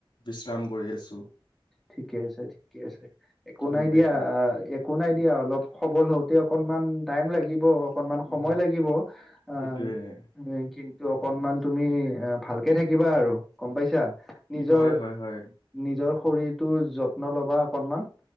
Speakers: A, on the left; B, in the centre.
A: বিশ্ৰাম কৰি আছোঁ।
B: ঠিকে আছে, ঠিকে আছে একো
A: গম
B: নাই
A: পাইছা
B: দিয়া। একো নাই দিয়া অলপ সবল হওঁতে অকনমান টাইম লাগিব। অকনমান
A: উম
B: সময় লাগিব
A: সেইটোয়ে
B: অ', কিন্তু অকনমান তুমি এ, ভালকে থাকিবা আৰু গম পাইছা, নিজৰ
A: হয়, হয়, হয়।
B: নিজৰ শৰীৰটো যত্ন ল'বা অকনমান।